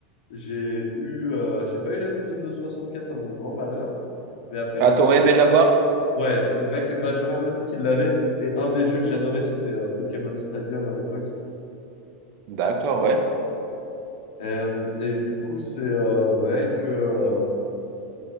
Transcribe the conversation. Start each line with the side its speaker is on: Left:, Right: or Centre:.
Left: j'ai eu, euh, j'ai pas eu la Nintendo 64 à mon grand malheur. Mais après,
Right: Ah,
Left: je suis
Right: t'aurais
Left: parti
Right: aimé l'avoir?
Left: Ouais, c'est vrai que bah, j'avais un ami qui l'avait et un des jeux que j'adorais c'était euh, Pokémon Stadium à l'époque.
Right: D'accord, ouais.
Left: Et, et du coup, c'est euh, vrai que euh,